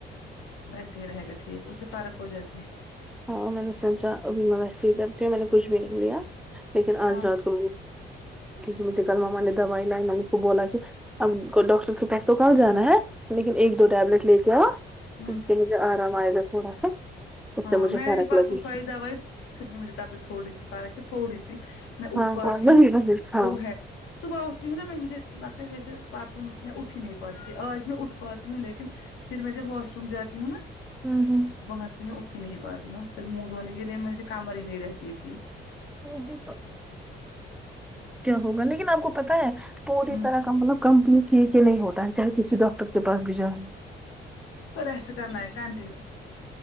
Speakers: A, on the left; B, in the centre.
A: ویسے ہی رہے گا ٹھیک اس سے فارق ہو جاتی ہے
B: ہاں میں نے سوچا ابھی میں ویسے ہی کرتی ہوں میں نے کچھ بھی نہیں لیا لیکن آج
A: ہاں
B: رات مجھے کل ماما نے دوائی لائی تھی میرے کو بولا کی <unintelligible> ہم کو ڈاکٹر کے پاس تو کہا جانا ہے لیکن ایک دو ٹیبلٹ لے کے آ
A: ہوں
B: تو اس سے ہی آرام آئے گا تھوڑا سا اس
A: ہاں
B: سے مجھے
A: میں
B: فرق
A: نے بھی پرسو
B: لگی
A: کھائی دوائی پھر بھی مجھے طبیعت تھوڑی سی فرق ہے تھوڑی سی میں اٹھ
B: ہاں
A: پاتی
B: ہاں وہی
A: ہوں
B: وہی ہاں
A: وہ ہے صبح اٹھتی ہوں نا میں مجھے لگتا ہے جیسے پرسوں میں اٹھ ہی نہیں پاتی تھی آج میں اٹھ پاتی ہوں لیکن پھر میں جب واش روم جاتی ہوں نا
B: آمم ہمم
A: وہاں سے میں اٹھ ہی نہیں پاتی ہوں پھر منہ دھونے کے لیے مجھے کام والی نہیں رہتی تھی
B: تو بھی تو کیا ہوگا لیکن آپ کو پتہ ہے <unintelligible>
A: ہوں
B: اس طرح کا مطلب کمپنی کی جڑے ہوتا ہے چاہے کسی ڈاکٹر کے پاس بھی جاؤ
A: تو ریسٹ کرنا ہے کنٹینیو